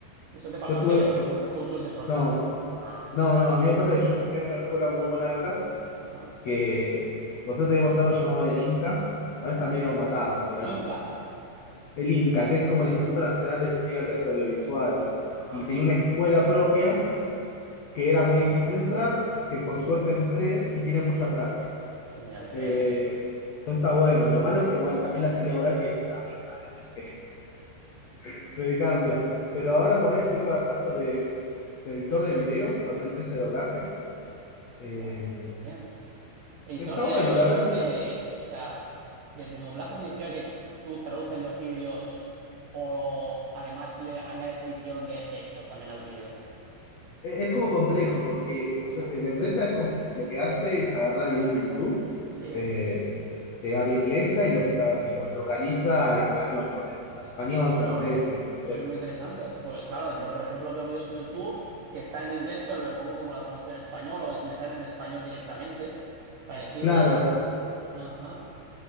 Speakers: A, on the right; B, on the left.
A: ¿Y eso te pasó
B: Yo
A: a
B: tuve,
A: ti o
B: por su-
A: ah, tú tuviste suerte?
B: no,
A: Ah,
B: no, no, a mí me pasa que yo entré en una escuela muy buena de acá,
A: ajá.
B: que nosotros tenemos algo llamado el Inca, ahora está medio matado, pero
A: Inca,
B: el INCA, que es como
A: el
B: el
A: Inca.
B: Instituto Nacional de Cine y Artes Audiovisuales,
A: Ajá,
B: y tenía una escuela propia que era muy difícil entrar, que por suerte entré y tiene mucha práctica.
A: mira qué
B: Eh,
A: bien.
B: eso está bueno, lo malo es que bueno, también la salida laboral sigue siendo la misma, eh, No es que <laughs> me cambia. Pero ahora poner, estoy trabajando de, de editor de video para una empresa de doblaje.
A: Hostia,
B: eh,
A: qué bien. Editor
B: está
A: de
B: bueno,
A: vídeos
B: la verdad
A: de,
B: ya
A: o sea, de, de doblaje significa que tú traduces los vídeos o además le añades edición de efectos también al vídeo.
B: e- es como complejo, porque
A: Ajá,
B: eso- la empresa es como lo que hace es agarrar videos de YouTube
A: sí.
B: eh, de habla inglesa y los, tra- y los localiza al español, ponele, al español,
A: Ah, bueno,
B: francés. eh,
A: eso
B: Pues,
A: es muy interesante. Porque, claro, yo, por ejemplo, veo vídeos en YouTube que están en inglés, pero le pongo como la traducción en español o me salen en español directamente para elegirlo.
B: claro,
A: Ajá,